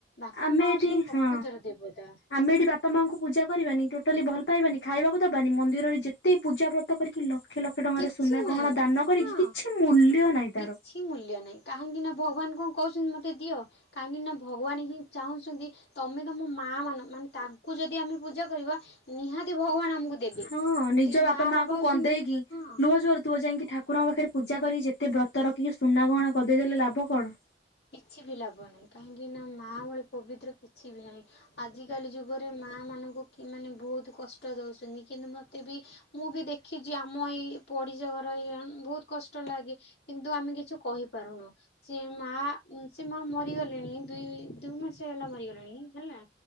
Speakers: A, on the left; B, on the left.
A: ବାପା
B: ଆମେ
A: ମା
B: ଏଠି
A: ହେଉଛନ୍ତି
B: ହଁ
A: ପକୁତରେ ଦେବତା।
B: ଆମେ ଏଠି ବାପା ମାଆଙ୍କୁ ପୂଜା କରିବାନି ଟୋଟାଲି ଭଲ ପାଇବାନି, ଖାଇବାକୁ ଦବାନି ମନ୍ଦିରରେ ଯେତେ ପୂଜା ବ୍ର କରିକି ଲକ୍ଷେ ଲକ୍ଷେ ଟଙ୍କାର
A: କିଛି
B: ସୁନା
A: ନାହିଁ
B: ଗହଣା ଦାନ କରିକି
A: ହଁ
B: କିଛି ମୂଲ୍ୟ ନାହିଁ ତାର।
A: କିଛି ମୂଲ୍ୟ ନାଇଁ କାହିଁକି ନା ଭଗବାନ କଣ କହୁଛନ୍ତି ମତେ ଦିଅ କାହିଁକି ନା ଭ ଭଗବାନ ହିଁ ଚାହୁଁଛନ୍ତି ତମେ ତମ ମା ମାନ ମାନେ ତାଙ୍କୁ ଯଦି ଆମେ ପୂଜା କରିବା ନିହାତି ଭଗବାନ ଆମକୁ ଦେବେ
B: ହଁ ନିଜ
A: ସେ
B: ବାପା
A: ମା
B: ମାଙ୍କୁୁ
A: ହଉଛନ୍ତି
B: କନ୍ଦେଇକି
A: ହଁ
B: ଲୁହ ଝରୁଥିବ ଯାଇକି ଠାକୁରଙ୍କ ପାଖରେ ପୂଜା କରିକି ଯେତେ ବ୍ରତ ରଖିକି ସୁନା ଗହଣା ଗଦେଇଦେଲେ ଲାଭ କଣ?
A: କିଛି ବି ଲାଭ ନାହିଁ କାହିଁକି ନା ମା ଭଳି ପବିତ୍ର କିଛି ବି ନାହିଁ। ଆଜିକାଲି ଯୁଗରେ ମା ମାନଙ୍କୁ କି ମାନେ ବହୁତ କଷ୍ଟ ଦଉଛନ୍ତି କିନ୍ତୁ ମୋତେ ବି ମୁଁ ବି ଦେଖିଚି ଆମ ଏଇ ପଡିଶା ଘର ହେଇକା ବହୁତ କଷ୍ଟ ଲାଗେ। କିନ୍ତୁ ଆମେ କିଛି କହିପାରୁନୁ ଯେ ମା ଉଁ ସେ ମା ମରିଗଲେଣି ଦୁଇ ଦୁଇ ମାସ ହେଲା ମରିଗଲେଣି ହେଲା